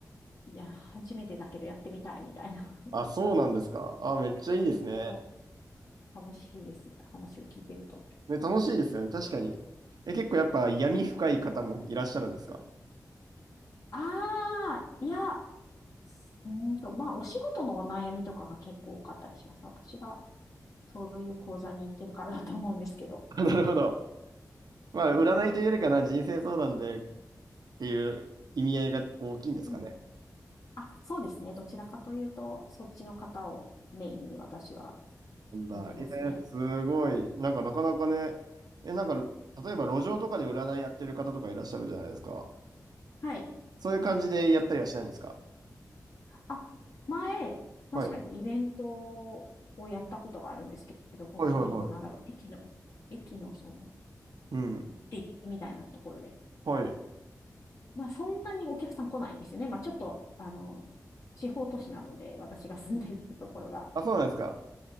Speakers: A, on the left; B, on the right.
A: いや、初めてだけどやってみたいみたいな。<laughs>
B: あ、そうなんですか。
A: 人
B: あ、めっちゃいいですね。
A: いろいろ楽しいです。話を聞いてると。
B: ね、楽しいですよね。確かに。え、結構やっぱ闇深い方もいらっしゃるんですか
A: ああ、いや、うーんと、まあ、お仕事のお悩みとかが結構多かったりします。私がそういう講座に行ってるからだと思うんですけど。
B: あ <laughs> なるほど。まあ、
A: うんうん
B: 占いというよりかな、人生相談でっていう意味合いが大きいんですかね。
A: うんあ、そうですね。どちらかというと、そっちの方をメインに私は
B: なんだ。
A: 見てますね。
B: えーすごい。なんかなかなかね、え、なんか、例えば路上とかで占いやってる方とかいらっしゃるじゃないですか。
A: はい。
B: そういう感じでやったりはしないんですか
A: うんあ、前、確かにイベント
B: はい。
A: をやったことがあるんですけど、本当に、
B: はいはいはい。
A: なんだろう、駅の、駅のその、
B: うん。
A: デッキみたいなところで、
B: はい。
A: まあ、そんなにお客さん来ないんですよね。まあ、ちょっと、あの、地方都市なので、私が住んでるところが。
B: あ、そうなんですか。